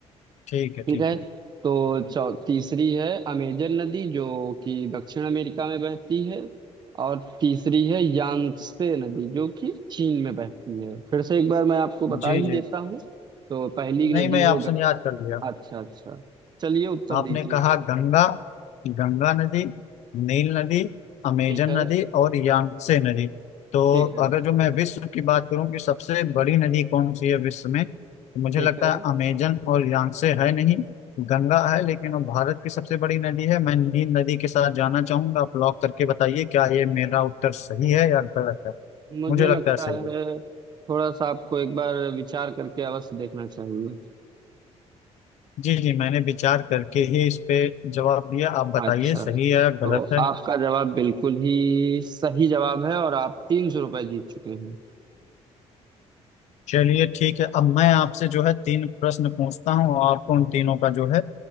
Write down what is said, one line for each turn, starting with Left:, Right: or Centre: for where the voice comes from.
Left: ठीक है
Right: ठीक
Left: ठीक
Right: है
Left: है
Right: तो चौ तीसरी है अमेजन नदी जो कि दक्षिण अमेरिका में बहती है और तीसरी है यांगत्से नदी जो कि चीन में बहती है फिर से एक बार मैं आपको बता
Left: जी
Right: ही
Left: जी
Right: देता हूँ तो पहली
Left: नहीं
Right: नदी
Left: मैं
Right: है
Left: ऑप्शन
Right: गंगा,
Left: याद कर लिया
Right: अच्छा अच्छा चलिए उत्तर
Left: आपने
Right: दीजिए
Left: कहा
Right: फिर
Left: गंगा गंगा नदी नील नदी अमेजन
Right: ठीक है
Left: नदी और यांगसे नदी तो
Right: ठीक है
Left: अगर जो मैं विश्व की बात करूं कि सबसे बड़ी नदी कौन सी है विश्व में तो मुझे
Right: ठीक
Left: लगता
Right: है
Left: है अमेजन और यांगसे है नहीं गंगा है लेकिन वो भारत की सबसे बड़ी नदी है मैं नील नदी के साथ जाना चाहूंगा आप लॉक करके बताइए क्या ये मेरा उत्तर सही है या गलत है
Right: मुझे
Left: मुझे लगता
Right: लगता
Left: है सही
Right: है
Left: है
Right: थोड़ा सा आपको एक बार विचार करके अवश्य देखना चाहिए
Left: जी जी मैंने विचार करके ही इस पे जवाब दिया आप बताइए
Right: अच्छा
Left: सही है या गलत
Right: तो
Left: है
Right: आपका जवाब बिल्कुल ही सही जवाब है और आप तीन सौ रुपये जीत चुके हैं
Left: चलिए ठीक है अब मैं आपसे जो है तीन प्रश्न पूछता हूँ और आपको उन तीनों का जो है